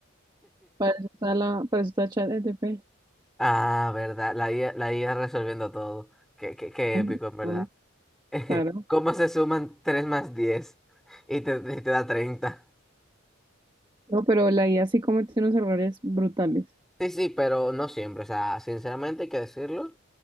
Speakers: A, on the right; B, in the centre.
A: Para eso está la, para eso está ChatGPT.
B: Ah, verdad, la IA, la IA resolviendo todo. Qué, qué, qué
A: Hombre,
B: épico, en verdad.
A: hombre,
B: <laughs>
A: Claro.
B: ¿Cómo se suman 3 más diez Y te, y te da 30.
A: No, pero la IA sí comete unos errores brutales.
B: Sí, sí, pero no siempre. O sea, sinceramente hay que decirlo.